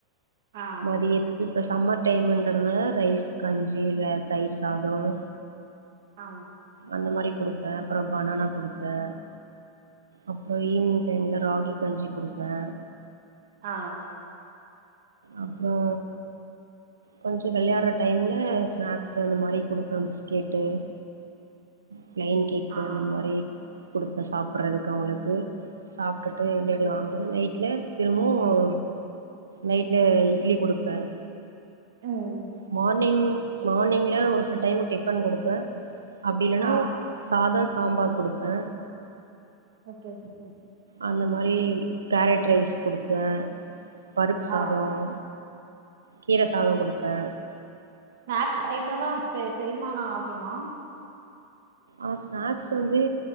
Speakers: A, on the right; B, on the right.
A: ஆ
B: மதியத் இப்ப சம்மர் டைம்ன்றதுனால ரைஸ் கஞ்சி இல்ல தயிர் சாதம்
A: ஆ
B: அந்த மாறி குடுப்பே அப்புறோ பனானா குடுப்பே அப்றோ ஈவினிங்
A: சேரி
B: டைம்ல ராகி கஞ்சி குடுப்பே
A: அ
B: அப்றோ கொஞ்சோ விளையாட்ற டைம்ல ஸ்நாக்ஸ்சு அந்த மாறி குடுப்பே பிஸ்கெட்டு பிளைன் கேக்கு
A: ஆ
B: அந்த மாறி குடுப்பே சாப்பிட்றதுக்கு அவங்களுக்கு சாப்ட்டுட்டு விளையாடிவாங்க
A: ஓகே
B: நைட்ல திரும்பவு நைட்ல இட்லி குடுப்பே
A: ம்
B: மார்னிங் மார்னிங்ல ஒரு சில டைம் டிஃபன் குடுப்பே அப்டி இல்லன்னா
A: ஆ
B: சாதம் சாம்பார் குடுப்பே
A: ஓக்கே சிஸ்டர் சேரி
B: அந்த மாறி கேரட் ரைஸ் குடுப்பே பருப்பு சாதம்
A: ஆ
B: கீர சாதோ குடுப்பே
A: ஸ்நாக்ஸ் ஐட்டோல்ல செரிமானோ ஆகுமா
B: ஆ ஸ்நாக்ஸ் வந்து